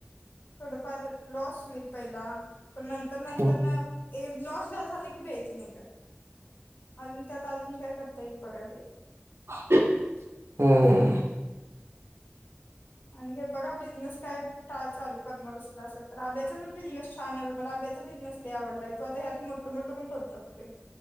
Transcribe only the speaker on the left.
थोडफार लॉस होईल. पहिला पण नंतर नंतर
लॉस झाल की द्यायच नाई खर अजून त्यात अजून काय करता येईल बघा्एला पाहीजे.
आणि का बघा बिझनेस काय चालू करणार अस असल तर आब्याचा पण बिझनेस छान आहे मला आब्याचा बिझनेस नाही आवडलाय त आता ह्यात मोठ मोट मोठ पण करू शकतो